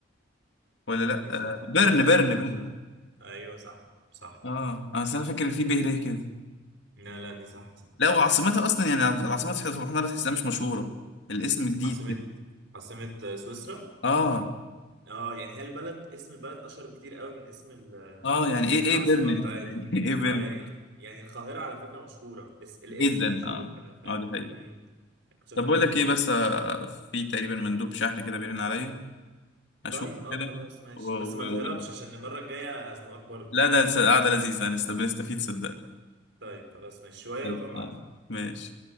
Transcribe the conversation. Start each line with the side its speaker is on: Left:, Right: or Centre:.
Left: ولا لا
Right: ماليش
Left: آه،
Right: دعوة
Left: بيرن بيرن
Right: ماليش
Left: بيرن
Right: دعوة أيوه صح صح
Left: اه آه، اصل انا فاكر إن في به ر كده
Right: لا لا دي صح صح
Left: لا وعاصمتها اصلا يعني العاصمه سبحان الله بتحسها مش مشهوره الاسم جديد
Right: عاصمة
Left: كده
Right: عاصمة آه، سويسرا
Left: اه
Right: اه يعني هي البلد اسم البلد أشهر بكتير قوي من اسم ال- آه،
Left: اه يعني ايه ايه
Right: العاصمة
Left: بيرن
Right: بتاعتها
Left: دي يعني <laughs> ايه بيرن
Right: اه يعني ال- يعني القاهرة على فكرة مشهورة اس... الاسم
Left: جدا
Right: مشهور
Left: اه
Right: كده فاهم؟
Left: اه دي حقيقة
Right: امم شفت
Left: طب بقول
Right: كده
Left: لك ايه بس آه، في تقريبا مندوب شحن كده بيرن عليا اشوفه
Right: طيب اه
Left: كده
Right: خلاص ماشي
Left: و... و...
Right: بس ما تهربش عشان المرة الجاية هزنقك برضه
Left: لا ده قعده لذيذه هنست- بنستفيد صدق
Right: طيب خلاص ماشي شوية
Left: خلاص،
Right: وابقى ابعت
Left: ماشي